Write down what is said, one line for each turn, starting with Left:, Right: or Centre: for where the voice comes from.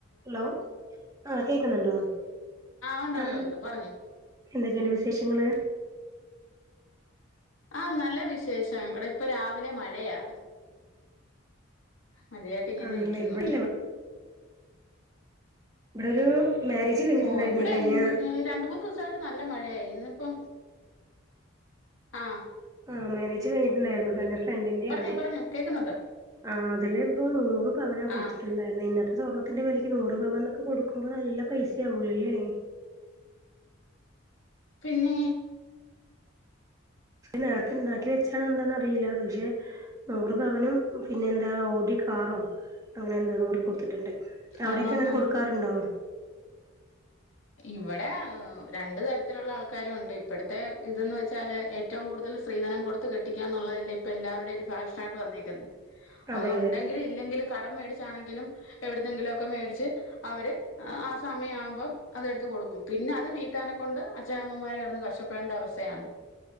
Right: ഹലോ ആ കേക്കുന്നുണ്ടോ?
Left: ഉണ്ട്
Right: ആ
Left: ഉണ്ട് ഉണ്ട് പറഞ്ഞോ
Right: എന്തൊക്കെയിണ്ട് വിശേഷങ്ങള്?
Left: ആഹ നല്ല വിശേഷം ഇവിടെ ഇപ്പൊ രാവിലെ മഴയാ. മഴയായിട്ട് ഇങ്ങനെ
Right: ആണല്ലേ
Left: നിക്കുന്നു.
Right: ഇവിടെല്ല ഇവിടൊരു മാരേജ്. കഴിഞ്ഞിട്ടുണ്ടായിരുന്നേ
Left: ഓ ഇവിടെ
Right: കഴിഞ്ഞ
Left: രണ്ട് മൂന്ന് ദിവസായിട്ട്. ഇങ്ങട്ട് ഇപ്പൊ നല്ല മഴയാ ഇന്നിപ്പം ആഹ
Right: ആഹ് മാരേജ് കഴിഞ്ഞിട്ടുണ്ടായിരുന്നു ട്ടൊ എന്റെ. ഫ്രണ്ടിന്റെ
Left: പറഞ്ഞോ
Right: ആണെ
Left: പറഞ്ഞോ കേക്കുന്നുണ്ട്
Right: ആ അതില് ഇപ്പോ നൂറ് പവന കൊടുത്തിട്ടുണ്ടായിരുന്നെ
Left: ആ
Right: ഇന്ന്. സ്വർണത്തിന്റെ വിലക്ക് നൂറ് പവനൊക്കെ കൊടുക്കുമ്പോൾ നല്ല പൈസയാവുലല്ലേ?
Left: പിന്നെ.
Right: നേരത്തെ ഉണ്ടാക്കി വെച്ചാണോ എന്താന്നറിയില്ല പക്ഷെ. നൂറ്പവനും പിന്നെ എന്താ ഓടി കാറോ അങ്ങനെ എന്തോ കൂടി കൊടുത്തിട്ടുണ്ട്. അവിടെക്കെ
Left: ആഹഹാഹ
Right: അങ്ങനെ കൊടുക്കാറുണ്ടോ
Left: ഇവിടെ രണ്ട് തരത്തിലുള്ള ആൾക്കാരും ഉണ്ട് ഇപ്പോഴത്തെ ഇതന്ന് വെച്ചാല് ഏറ്റവും കൂടുതൽ. സ്ത്രീധനം കൊടുത്ത് കെട്ടിക്കുക എന്നുള്ളതല്ലേ ഇപ്പൊ എല്ലാവരുടെ ഒരു ഫാഷനായിട്ട് വന്നേക്കുന്നത്.
Right: അതെ
Left: അത്
Right: അതെ
Left: ഉണ്ടെങ്കിലും ഇല്ലെങ്കിലും കടം മേടിച്ചാണെങ്കിലും എവിടുന്നെങ്കിലും ഒക്കെ മേടിച്ച്. അവര് ആ സമയം ആവുമ്പം അതെടുത്ത് കൊടുക്കും പിന്നെ അത് വീട്ടാനെ കൊണ്ട് അച്ഛനമ്മമാര് കിടന്ന് കഷ്ട ണ്ട അവസ്ഥയാണ്.